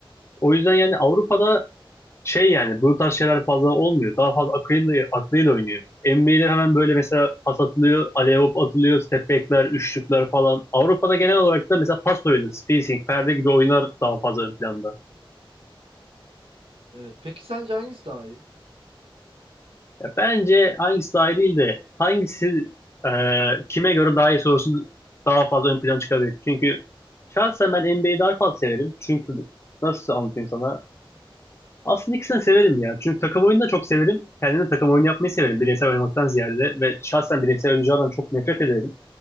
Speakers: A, on the left; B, on the right.
A: O yüzden yani Avrupa'da şey yani bu tarz şeyler fazla olmuyor. Daha fazla akıyla, aklıyla oynuyor. NBA'de hemen böyle mesela pas atılıyor, alley atılıyor, step back'ler, üçlükler falan. Avrupa'da genel olarak da mesela pas oyunu, spacing, perde gibi oyunlar daha fazla ön planda.
B: Evet. Peki sence hangisi daha iyi?
A: Ya bence hangisi daha iyi değil de hangisi e, kime göre daha iyi sorusu daha fazla ön plana çıkabilir. Çünkü şahsen ben NBA'yi daha fazla severim. Çünkü nasıl anlatayım sana? Aslında ikisini de severim ya. Çünkü takım oyunu da çok severim. Kendim de takım oyunu yapmayı severim bireysel oynamaktan ziyade. Ve şahsen bireysel oyunculardan çok nefret ederim.